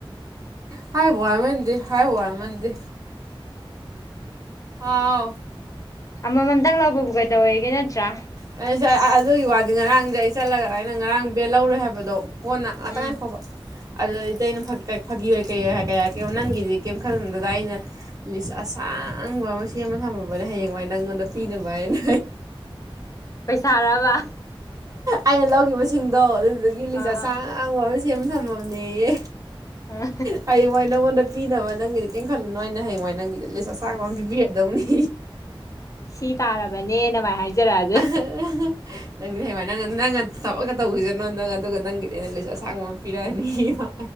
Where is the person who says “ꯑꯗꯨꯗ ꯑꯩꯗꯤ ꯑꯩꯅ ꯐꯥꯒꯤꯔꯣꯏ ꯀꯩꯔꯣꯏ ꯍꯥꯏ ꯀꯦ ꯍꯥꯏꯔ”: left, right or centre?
Right